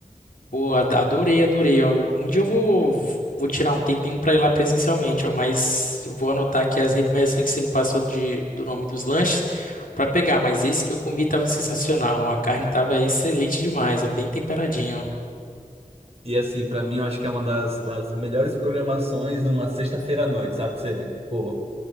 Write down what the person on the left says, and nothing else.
Pô, ad- adorei, adorei. ó. Um dia eu vou, vou tirar um tempinho para ir lá presencialmente, ó, mas eu vou anotar aqui as recomendações que você me passou de, do nome dos lanches para pegar. Mas esse que eu comi estava sensacional. ó. A carne estava excelente demais, ó, bem temperadinho. ó.